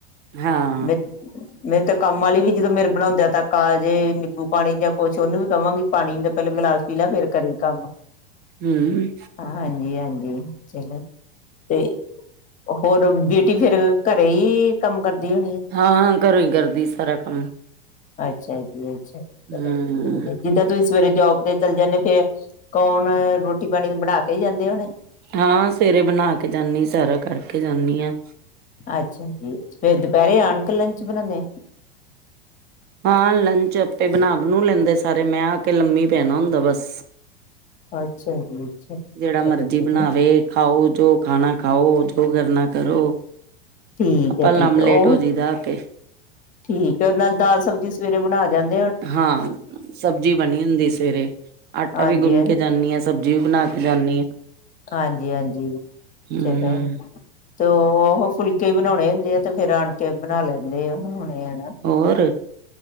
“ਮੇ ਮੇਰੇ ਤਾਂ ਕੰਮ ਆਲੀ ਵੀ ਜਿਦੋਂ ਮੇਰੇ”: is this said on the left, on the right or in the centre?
Left